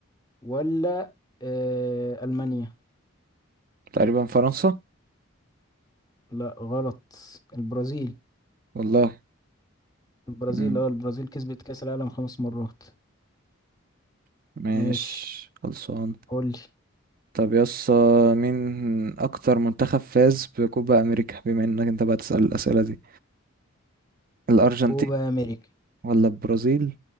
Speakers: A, on the left; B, on the right.
A: ولا آه ألمانيا
B: تقريبا فرنسا
A: لا غلط البرازيل
B: والله
A: البرازيل
B: مم.
A: اه البرازيل كسبت كأس العالم خمس مرات
B: ماشي
A: ماشي
B: خلصان
A: قولي
B: طب يس مين اكتر منتخب فاز بكوبا امريكا بما انك انت بقى تسأل الاسئلة دي الارجنتين
A: كوبا أمريكا
B: ولا البرازيل